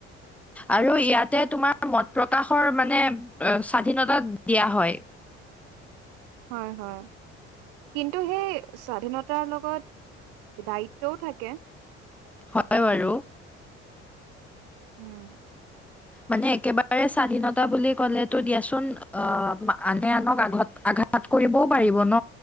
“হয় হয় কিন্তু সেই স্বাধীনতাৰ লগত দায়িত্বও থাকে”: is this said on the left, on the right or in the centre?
Right